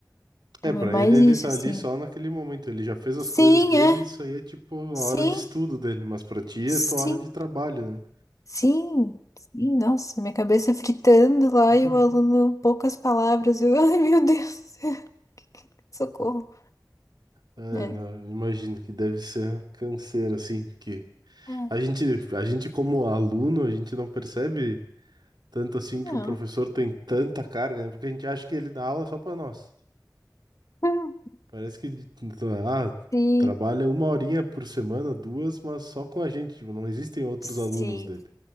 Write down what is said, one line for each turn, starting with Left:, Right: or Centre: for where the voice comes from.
Left: Então
Right: É, pra
Left: é mais
Right: ele, ele
Left: isso,
Right: tá
Left: assim.
Right: ali só naquele momento. Ele já fez as
Left: Sim,
Right: coisas dele,
Left: é.
Right: isso aí é tipo
Left: Sim,
Right: a hora de estudo dele. Mas pra ti
Left: sim,
Right: é tua hora de trabalho, né?
Left: sim. Sim, nossa, minha cabeça fritando lá
Right: <laughs>
Left: e o aluno, poucas palavras. Eu, <laughs> ai, meu Deus, <laughs> socorro.
Right: É,
Left: É.
Right: não, eu imagino que deve ser canseiro, assim, porque
Left: É.
Right: a gente, a gente como aluno, a gente não percebe tanto assim
Left: Não.
Right: que um professor tem tanta carga, né? Porque a gente acha que ele dá aula só pra nós.
Left: <laughs>
Right: Parece que, de- ah,
Left: Sim,
Right: trabalha uma horinha por semana, duas, mas só com a gente, tipo, não existem outros
Left: sim,
Right: alunos dele.